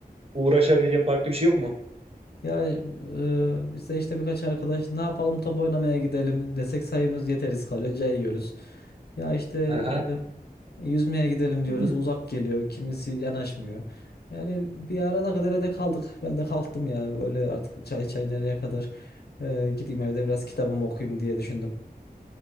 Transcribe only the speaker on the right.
Uğraşabileceğim farklı bir şey yok mu?
Aha.
Hı.